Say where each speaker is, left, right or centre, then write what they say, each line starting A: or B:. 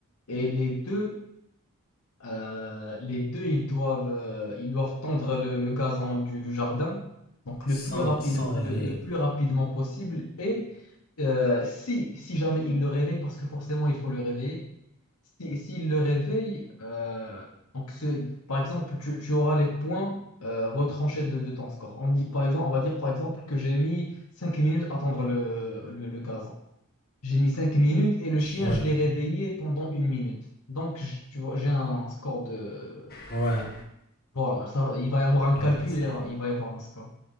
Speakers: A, on the left; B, on the left.
A: et les deux Euh, les deux, ils doivent, euh, ils doivent tondre le, le gazon du, du jardin, donc
B: sans,
A: le plus rapide,
B: sans
A: le,
B: réveiller.
A: le plus rapidement possible. Et euh, si, si jamais ils le réveillent, parce que forcément il faut le réveiller, si, s'ils le réveillent, euh, donc ce- par exemple, tu, tu auras les points euh, retranchés de, de ton score. On dit, par exemple, on va dire par exemple que j'ai mis 5 minutes à tondre le, le, le gazon. J'ai mis 5 minutes et le chien,
B: Ouais,
A: je l'ai réveillé pendant une minute. Donc, je- tu vois, j'ai un score de...
B: ouais.
A: Voilà, ça va, il va y avoir un
B: Ah
A: calcul
B: ouais, ça.
A: et euh, il va y avoir un score.